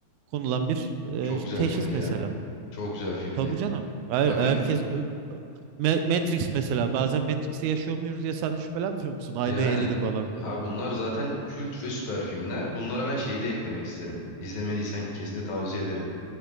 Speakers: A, on the right; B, on the left.
A: konulan bir e,
B: Çok güzel
A: teşhis
B: filmdi
A: mesela.
B: ya. Çok güzel filmdi.
A: Tabii canım. Her,
B: Bak
A: herkes
B: ben
A: Ö- ö- Ma- Matrix mesela bazen Matrix'te yaşıyor muyuz diye sen de şüphelenmiyor musun? Aynayı
B: yani
A: eledi falan sonra
B: abi bunlar
A: yani.
B: zaten kült ve süper filmler. Bunlara ben şeyi de eklemek isterim. İzlemediysen kesinlikle tavsiye ederim.